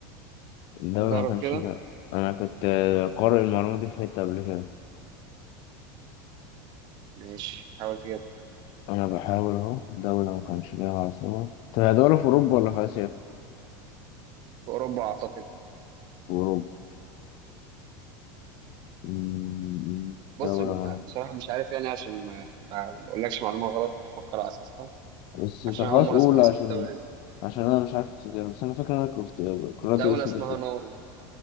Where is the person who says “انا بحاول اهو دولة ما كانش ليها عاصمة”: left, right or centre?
Left